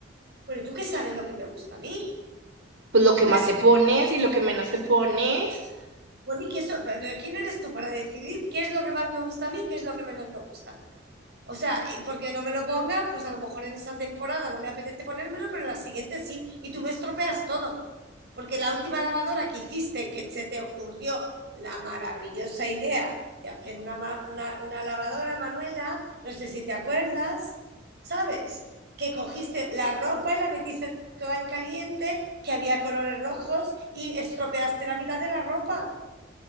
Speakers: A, on the right; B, on the right.
A: Pero tú qué sabes lo que me gusta a mí,
B: Pues lo
A: pero
B: que
A: tú
B: más
A: qué sabes.
B: te pones y lo que menos te pones.
A: Bueno, ¿y qué so- pero ¿quién eres tú para decidir qué es lo que más me gusta a mí y qué es lo que menos me gusta? O sea, y porque no me lo ponga, pues a lo mejor en esa temporada no me apetece ponérmelo, pero en la siguiente sí. Y tú me estropeas todo. Porque la última lavadora que hiciste, que se te ocurrió la maravillosa idea de hacer una, ma- una, una lavadora, Manuela, no sé si te acuerdas, ¿sabes? Que cogiste la ropa y la metiste toda en caliente, que había colores rojos y estropeaste la mitad de la ropa